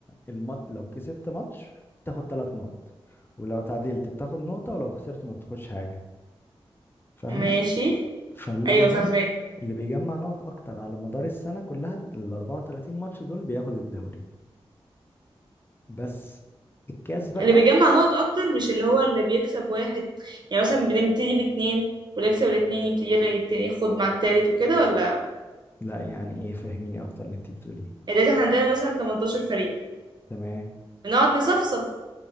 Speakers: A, on the left; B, on the right.
A: المط... لو كسبت ماتش بتاخد ثلاث نقط ولو تعادلت بتاخد نقطة ولو خسرت ما بتاخدش حاجة فاهمة؟
B: ماشي
A: فاللي
B: ايوه
A: بيجمع
B: فاهمك
A: اللي بيجمع نقط اكتر على مدار السنه كلها ال 34 ماتش دول بياخد الدوري بس الكاس بقى
B: اللي بيجمع نقط اكتر مش اللي هو اللي بيكسب واحد يعني مثلا بنبتدي باتنين واللي يكسب الاتنين يبتدي يبتدي ياخد مع التالت وكده ولا
A: لا يعني ايه فهميني اكتر اللي انت بتقوليه
B: يعني دلوقتي احنا عندنا مثلا 18 فريق
A: تمام
B: بنقعد نصفصف